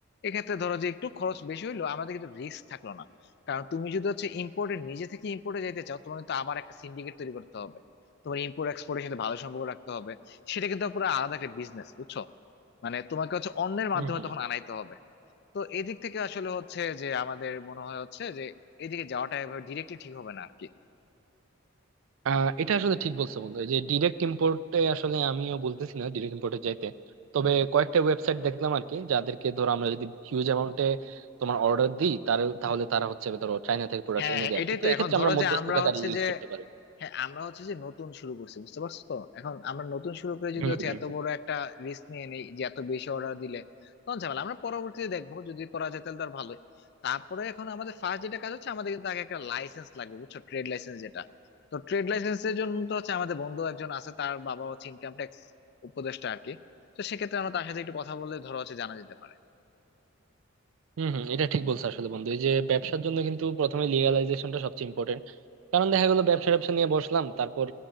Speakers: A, on the left; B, on the right.
A: এক্ষেত্রে ধরো যে একটু খরচ বেশি হইলো আমাদের কিন্তু রিস্ক থাকলো না কারণ তুমি যদি হচ্ছে ইম্পোর্টে নিজে থেকে ইম্পোর্টে যেতে চাও তোমার কিন্তু আবার একটা সিন্ডিকেট তৈরি করতে হবে তোমার ইম্পোর্ট এক্সপোর্টের সাথে ভালো সম্পর্ক রাখতে হবে সেটা কিন্তু পুরো আলাদা একটা বিজনেস বুঝছো মানে তোমাকে হচ্ছে অন্যের মাধ্যমে
B: হুম, হুম।
A: তখন আনাইতে হবে তো এদিক থেকে আসলে হচ্ছে যে আমাদের মনে হয় হচ্ছে যে এদিকে যাওয়াটা এভাবে ডিরেক্টলি ঠিক হবে না আর কি
B: আহ এটা আসলে ঠিক বলছো বন্ধু এই যে ডিরেক্ট ইম্পোর্টে আসলে আমিও বলতেছি না ডিরেক্ট ইম্পোর্টে যাইতে তবে কয়েকটা ওয়েবসাইট দেখলাম আর কি যাদেরকে ধরো আমরা যদি হিউজ অ্যামাউন্টে তোমার অর্ডার দিই তার তাহলে তারা হচ্ছে ধরো চাইনা থেকে প্রোডাক্ট
A: হ্যাঁ
B: এনে
A: হ্যাঁ,
B: দেয়
A: এটাই
B: আর কি তো
A: তো
B: এক্ষেত্রে
A: এখন ধরো
B: আমরা মধ্যস্থতাকারী
A: যে আমরা হচ্ছে
B: ইউজ
A: যে
B: করতে পারি
A: হ্যাঁ আমরা হচ্ছে যে নতুন শুরু করছি বুঝতে পারছো তো এখন আমরা নতুন শুরু করে যদি
B: হুম
A: হচ্ছে
B: হুম
A: এত বড় একটা রিস্ক নিয়ে নেই যে এত বেশি অর্ডার দিলে তখন ঝামেলা আমরা পরবর্তীতে দেখবো যদি করা যায় তাহলে তো আর ভালোই তারপরে এখন আমাদের ফার্স্ট যেটা কাজ হচ্ছে আমাদের কিন্তু আগে একটা লাইসেন্স লাগবে বুঝছো ট্রেড লাইসেন্স যেটা তো ট্রেড লাইসেন্সের জন্য তো হচ্ছে আমাদের বন্ধু একজন আছে তার বাবা হচ্ছে ইনকাম ট্যাক্স উপদেষ্টা আর কি তো সেক্ষেত্রে আমরা তার সাথে একটু কথা বলে ধরো হচ্ছে জানা যেতে পারে
B: হম হম এটা ঠিক বলছো আসলে বন্ধু এই যে ব্যবসার জন্য কিন্তু প্রথমে লিগালাইজেশনটা সবচেয়ে ইম্পর্টেন্ট কারণ দেখা গেলো ব্যবসা ব্যবসা নিয়ে বসলাম তারপর